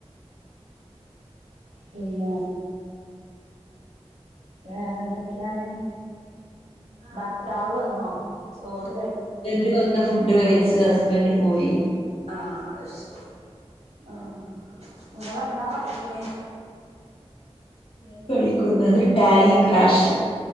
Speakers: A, on the right; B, on the left.
A: പിന്നെ വേറെ എന്തൊക്കെയാണ് ഭർത്താവ് വന്നോ സോറ്
B: സ്ന്റ് വ ഫുഡ് കഴിച്ചു ഹസ്ബൻഡ് പോയി
A: ആഹ ശരി ആ നിങ്ങെന്താ പഠിക്കണേ
B: ഞൻ പഠിക്കുന്നത് ടാലി ക്രാഷ്